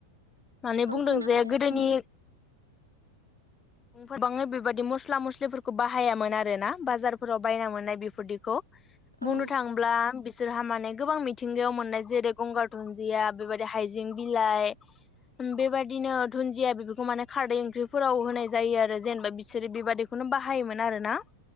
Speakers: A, on the left; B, on the right.
A: माने
B: औ
A: बुंदों
B: खोनाबाय
A: जे
B: दासो
A: गोदोनि
B: खोनाबाय
A: गोबाङै बेबायादि मस्ला मस्लिफोरखौ बाहायामोन आरोना बाजारफोराव बायना मोननाय बेफोरदिखौ बुंनो
B: औ
A: थाङोब्ला बिसोरहा माने गोबां मिथिंगायाव मोननाय जेरै गंगार दुन्दिया बेबायदि हायजें बिलाइ बेबायदिनो दुनदिया बेफोरखौ माने खारदै ओंख्रि फोराव होनाय। जायो आरो जेनेबा बिसोरो बेबादिखौनो बाहायोमोन आरोना।